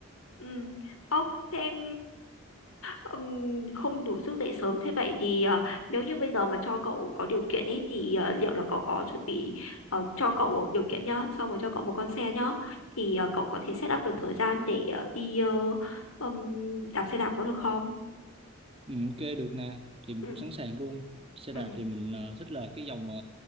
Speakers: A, on the left; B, on the right.
A: Ừ. Ô, thế em ừm, không đủ sức dậy sớm thế vậy thì ờ, nếu như bây giờ mà cho cậu có điều kiện ấy thì ờ, liệu là cậu có chuẩn bị ờ, cho cậu điều kiện nhá, xong rồi cho cậu một con xe nhá thì ờ, cậu có thể set up được thời gian để ờ, đi ờ, ừm, đạp xe đạp có được không?
B: Ừ, ok được nè thì mình
A: Ừ.
B: cũng sẵn sàng luôn xe
A: Ừ.
B: đạp thì mình ờ, thích là cái dòng ờ,